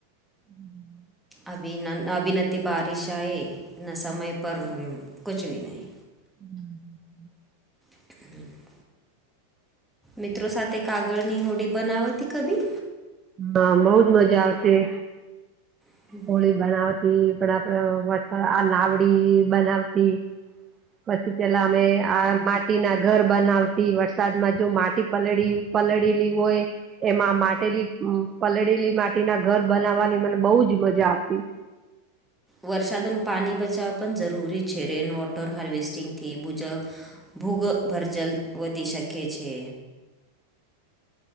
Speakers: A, on the right; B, in the centre.
A: હમ્મ.
B: અભી ના અભી ના તે બારિશ આય ના સમય પર કુછ બી નહી.
A: હમ્મ.
B: <inaudible> મિત્રો સાથે કાગળની હોડી બનાવતી કભી
A: હા બઉ જ મજા આવતી
B: <inaudible>
A: હોળી બનાવતી પણ વરસાદ આ નાવડી બનાવતી પછી પેલા અમે આ માં માટી ના ઘર બનાવતી વરસાદમાં જો માટી પલળી પલળેલી હોય. એમાં માટેલી પલળેલી માટીના ઘર બનાવવાની મને બહુ જ મજા આવતી
B: વરસાદોનું પાણી બચાવવા પણ જરૂરી છે રેઇન વોટર હાર્વેસ્ટિંગથી બુજ ભૂગ ભરજલ વધી શકે છે.